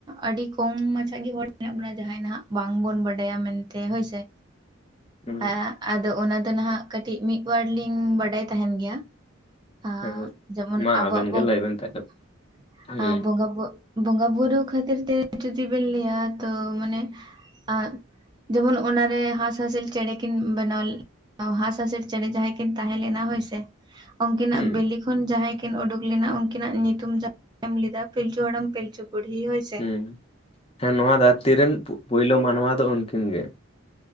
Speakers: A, on the right; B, on the left.
A: ᱟᱹᱰᱤ ᱠᱚᱢ ᱢᱟᱪᱷᱟ ᱜᱮ ᱦᱚᱲ ᱢᱮᱱᱟᱜ ᱡᱟᱦᱟᱸᱭ ᱱᱷᱟᱸᱜ ᱵᱟᱝ ᱵᱚᱱ ᱵᱟᱰᱟᱭᱟ ᱢᱮᱱᱛᱮ ᱦᱳᱭ ᱥᱮ,
B: ᱦᱩᱸ
A: ᱟᱸ ᱟᱫᱚ ᱚᱱᱟ ᱫᱚ ᱱᱷᱟᱸᱜ ᱠᱟᱹᱴᱤᱡ ᱢᱤᱫ ᱵᱟᱨ ᱞᱤᱧ ᱵᱟᱰᱟᱭ ᱛᱟᱦᱮᱸᱱ ᱜᱮᱭᱟ, ᱟᱸ
B: ᱦᱮᱸ
A: ᱡᱮᱢᱚᱱ
B: ᱢᱟ
A: ᱟᱵᱚᱣᱟᱜ
B: ᱟᱵᱮᱱ
A: ᱵᱚᱸᱝ
B: ᱜᱮ ᱞᱟᱹᱭ
A: <unintelligible>
B: ᱵᱮᱱ ᱛᱟᱦᱞᱮ ᱦᱩᱸ
A: ᱟ ᱵᱚᱸᱜᱟ ᱵᱚᱸᱫ ᱵᱚᱸᱜᱟ ᱵᱩᱨᱩ ᱠᱷᱟᱹᱛᱤᱨ ᱛᱮᱜᱮ ᱡᱩᱫᱤ ᱵᱤᱱ ᱞᱟᱹᱭᱼᱟ ᱛᱚ ᱢᱟᱱᱮ, ᱟᱸ ᱡᱮᱢᱚᱱ ᱚᱱᱟ ᱨᱮ ᱦᱟᱸᱥᱼᱦᱟᱸᱥᱞᱤ ᱪᱮᱬᱮ ᱠᱤᱱ ᱵᱮᱱᱟᱣ ᱚᱸ ᱦᱟᱸᱥᱼᱦᱟᱸᱥᱞᱤ ᱪᱮᱬᱮ ᱡᱟᱦᱟᱸᱭ ᱠᱤᱱ ᱛᱟᱦᱮᱸ ᱞᱮᱱᱟ ᱦᱚᱭᱥᱮ, ᱚᱝᱠᱤᱱᱟᱜ
B: ᱦᱩᱸ
A: ᱵᱤᱞᱤ ᱠᱷᱚᱱ ᱡᱟᱦᱟᱸᱭ ᱠᱤᱱ ᱩᱰᱩᱠ ᱞᱮᱱᱟ ᱩᱝᱠᱤᱱᱟᱜ ᱧᱩᱛᱩᱢ ᱡᱟ <unintelligible> ᱮᱢ ᱞᱮᱫᱟ ᱯᱤᱞᱪᱩ ᱦᱟᱲᱟᱢ, ᱯᱤᱞᱪᱩ ᱵᱩᱰᱷᱤ ᱦᱚᱭ-
B: ᱦᱩᱸ, ᱦᱮᱸ ᱱᱚᱣᱟ ᱫᱷᱟᱹᱨᱛᱤ ᱨᱮᱱ ᱯᱩ ᱯᱩᱭᱞᱩ ᱢᱟᱱᱣᱟ ᱫᱚ ᱩᱱᱠᱤᱱ ᱜᱮ᱾